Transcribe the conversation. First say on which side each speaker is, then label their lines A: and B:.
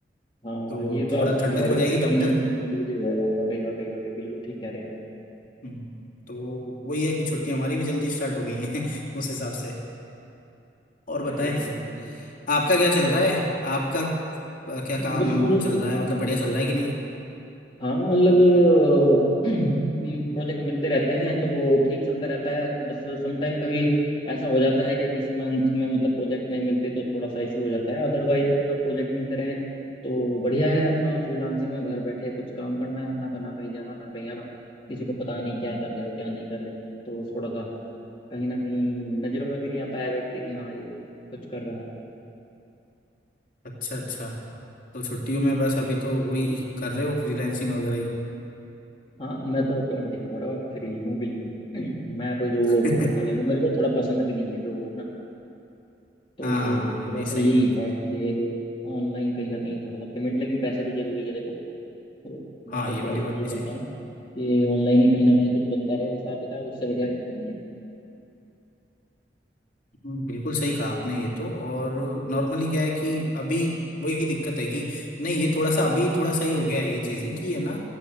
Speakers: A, on the left; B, on the left.
A: हाँ
B: तो
A: ये तो
B: थोड़ा
A: आप सही
B: ठंडक
A: कह रहे
B: हो जाएगी
A: हो कि कहीं
B: तब
A: ना
B: तक
A: कहीं थोड़ा जल्दी हो जाएगा वाकई वाकई वाकई बिल्कुल ठीक कह रहे
B: हम्म, तो वही है कि छुट्टियां हमारी भी जल्दी स्टार्ट हो गई हैं <laughs> उस
A: हैं
B: हिसाब से और बताएं
A: चलिए बहुत बढ़िया
B: आपका क्या चल रहा है आपका अ, क्या काम
A: बस सर
B: चल रहा है मतलब बढ़िया चल रहा है कि नहीं
A: हाँ मतलब <clears throat> प्रोजेक्ट मिलते रहते हैं तो ठीक चलता रहता है बस समटाइम कभी ऐसा हो जाता है कि किसी मंथ में मतलब प्रोजेक्ट नहीं मिलते तो थोड़ा सा इशू हो जाता है अदरवाइज तो अगर प्रोजेक्ट मिलते रहें तो बढ़िया है अपना फ्रीलांसिंग में घर बैठे कुछ काम करना है अपना का ना कहीं जाना ना कहीं आना किसी को पता नहीं क्या कर रहे हो क्या नहीं कर रहे हो तो थोड़ा सा कहीं ना कहीं नज़रों में भी नहीं आता है व्यक्ति कि हाँ ये कुछ कर रहा है
B: अच्छा अच्छा तो छुट्टियों में बस अभी तो वही कर रहे हो फ्रीलैंसिंग वगैरह ही
A: हाँ मैं तो ट्वेंटी फोर और फ्री हूँ बिल्कुल <clears throat> मैं कोई जॉब
B: <laughs>
A: वॉब नहीं करता मेरे को थोड़ा पसंद भी नहीं है जॉब वॉब ना तो
B: हाँ नहीं
A: थोड़ा
B: नहीं
A: सा
B: सही
A: यही
B: बात
A: है
B: है
A: कि ऑनलाइन कहीं ना कहीं थोड़ा सा पेमेंट लेकिन पैसे भी जरूरी है देखो तो
B: हाँ
A: मैं तो
B: ये
A: थोड़ा
B: वाली
A: सा
B: बात
A: यही
B: भी
A: करता
B: सही है
A: हूँ कि ऑनलाइन ही कहीं ना कहीं कुछ बनता रहे हिसाब किताब उससे बढ़िया कुछ नहीं है
B: हम्म, बिल्कुल सही कहा आपने ये तो और नॉर्मली क्या है कि अभी वही दिक्कत है कि नहीं ये थोड़ा सा अभी थोड़ा सही हो गया है ये चीजें कि है ना